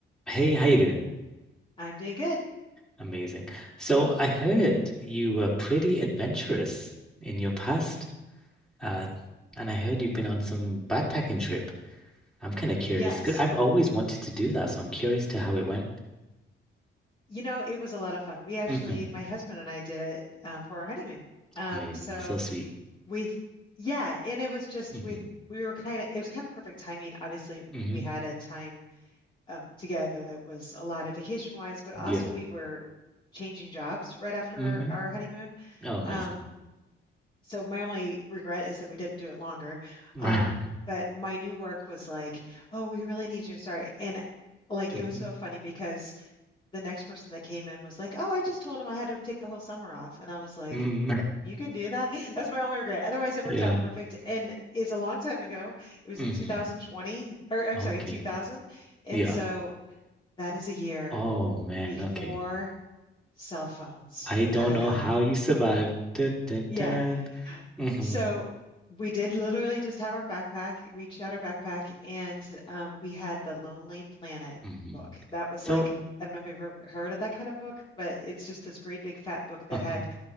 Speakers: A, in the centre; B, on the left.
A: Hey, how you doing?
B: I'm doing good.
A: Amazing. So I heard you were pretty adventurous in your past, uh, and I heard you've been on some backpacking trip. I'm kind of curious
B: Yes.
A: because I've always wanted to do that, so I'm curious to how it went.
B: You know, it was a lot of fun. We actually,
A: hmm
B: my husband and I did it um, for our honeymoon. Um,
A: Amazing.
B: so
A: So sweet.
B: we, yeah, and it was just
A: hmm
B: we we were kind of it was kind of perfect timing. Obviously,
A: hmm
B: we had a time um, together that was a lot of vacation wise, but also
A: Yeah.
B: we were changing jobs right after
A: hmm
B: our, our honeymoon.
A: Oh, amazing.
B: Um, so my only regret is that we didn't do it longer.
A: Right.
B: Um, but my new work was like, oh, we really need you to start, and like
A: <laughs>
B: it was
A: hmm
B: so funny because. the next person that came in was like, "Oh, I just told him I had to take the whole summer off." And I was like,
A: hmm
B: "You can do that?" <laughs> That's my only regret. Otherwise, it
A: Yeah.
B: worked out perfect. And it's a long time ago. It was
A: hmm
B: in 2020, or I'm
A: Okay.
B: sorry, 2000. And
A: Yeah.
B: so that is a year
A: Oh man.
B: before
A: Okay.
B: cell phones.
A: I don't
B: Da da
A: know
B: da.
A: how you survived. Dun, dun,
B: Yeah.
A: dun. hmm
B: So we did literally just have our backpack. We each had our backpack, and um, we had the Lonely Planet
A: hmm
B: book. That was
A: So,
B: like, I don't know if you've ever heard of that kind of book, but it's just this great big fat book that
A: uh-huh.
B: had